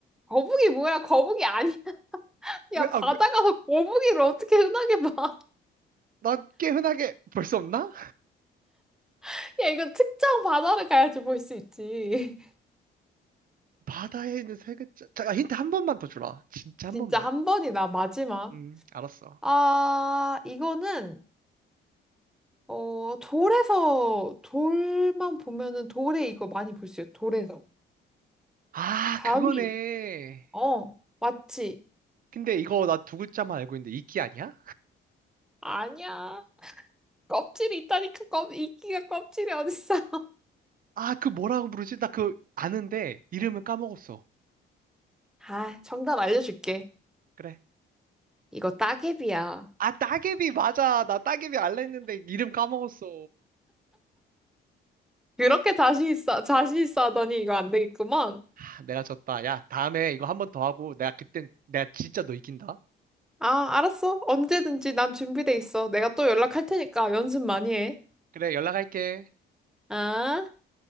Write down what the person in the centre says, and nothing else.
거북이 뭐야? 거북이 아니야. <laughs>
야, 바다
가서 거북이를 어떻게 흔하게 봐.
<laughs> 야, 이건 특정 바다를 가야지 볼 수 있지.
<laughs> 진짜
한 번이다, 마지막.
아, 이거는 어, 돌에서, 돌만 보면은 돌에 이거 많이 볼 수 있어. 돌에서.
바위.
어, 맞지?
아니야. 껍질이 있다니까, 껍, 이끼가 껍질이 어딨어. <laughs>
아, 정답 알려줄게.
이거 따개비야.
그렇게 자신 있어, 자신 있어 하더니 이거 안 되겠구만.
아, 알았어. 언제든지 난 준비돼 있어. 내가 또 연락할 테니까 연습 많이 해.
아.